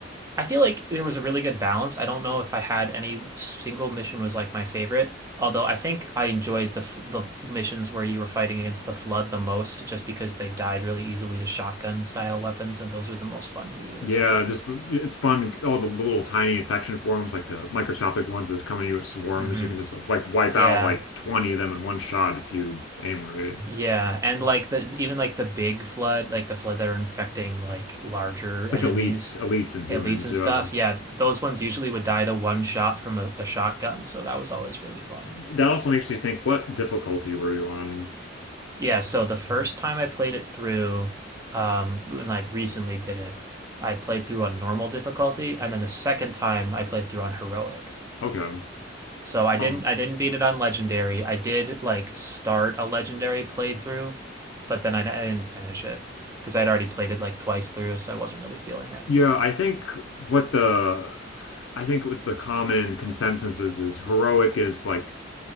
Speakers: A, on the right; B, on the left.
A: I feel like there was a really good balance. I don't know if I had any single mission was like my favorite, although I think I enjoyed the f- the missions where you were fighting against the flood the most just because they died really easily to shotgun style weapons and those were the most fun to use.
B: yeah. Just it's fun. All the little tiny infection forms, like the microscopic ones that's coming to you at swarms.
A: hmm
B: You can just like wipe
A: Yeah.
B: out like 20 of them in one shot if you aim right.
A: Yeah. And like the even like the big flood, like the flood that are infecting like larger enemies,
B: Like elites, elites and humans,
A: elites and
B: yeah.
A: stuff. Yeah, those ones usually would die to one shot from a, a shotgun, so that was always really fun.
B: That also makes me think, what difficulty were you on?
A: Yeah, so the first time I played it through, um, when I recently did it, I played through on normal difficulty, and then the second time I played through on heroic.
B: Okay.
A: So I didn't
B: Um,
A: I didn't beat it on legendary. I did like start a legendary playthrough, but then I, I didn't finish it because I'd already played it like twice through, so I wasn't really feeling it.
B: yeah, I think what the I think what the common consensus is is heroic is like